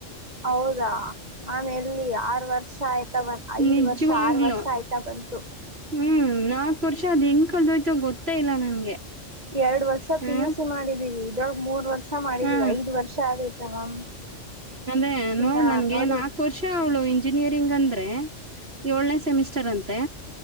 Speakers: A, on the right; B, on the right.
A: ಹೌದಾ ನಮ ಎಲ್ಲಿ ಆರ್ ವರ್ಷ ಆಯ್ತಾ ಬಂದ ಐದ್
B: ನಿಜವಾಗ್ಲು
A: ವರ್ಷ ಆರ್ ವರ್ಷ ಆಯ್ತಾ ಬಂತು
B: ಹ್ಮ್ ನಾಲ್ಕ್ ವರ್ಷ ಅದ್ ಹೆಂಗ ಕಳ್ದೋಯ್ತು ಗೊತ್ತೇ ಇಲ್ಲ ನನ್ಗೆ
A: ಎರಡ್ ವರ್ಷ
B: ಹ್ಮ
A: ಪಿ ಯು ಸಿ ಮಾಡಿದೀವಿ ಇದ್ರೊಳಗೆ ಮೂರ್ ವರ್ಷ ಮಾಡಿದೀವಿ
B: ಹ್ಮ್
A: ಐದ ವರ್ಷ ಆಗೈತ ಮ್ಯಾಮ್
B: ಅದೇ ನೋಡ್
A: ಇನ್ನ
B: ನನ್ಗ
A: ನೋಡಿ
B: ನ್ ಆ ವರ್ಷ ಅವಳು ಇಂಜಿನಿಯರಿಂಗ್ ಅಂದರೆ ಏಳನೇ ಸೆಮಿಸ್ಟರ್ ಅಂತೆ